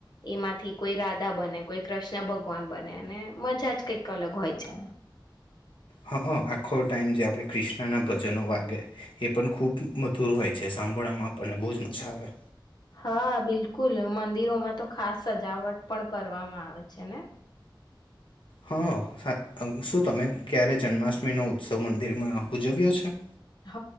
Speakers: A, on the left; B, on the left.
A: એમાંથી કોઈ રાધા બને, કોઈ કૃષ્ણ ભગવાન બને, અને મજા જ કંઈ અલગ હોય છે.
B: હા હ આખો ટાઈમ જે આપણે ક્રિષ્ણાના ભજનો વાગે એ પણ ખૂબ મધુર હોય છે સાંભળામાં આપણને બહુ જ મજા આવે
A: હા બિલકુલ મંદિરોમાં તો ખાસ સજાવટ પણ કરવામાં આવે છે ને
B: હા શું તમે ક્યારે જન્માષ્ટમીનો ઉત્સવ મંદિરમાં ઉજવ્યો છે
A: હ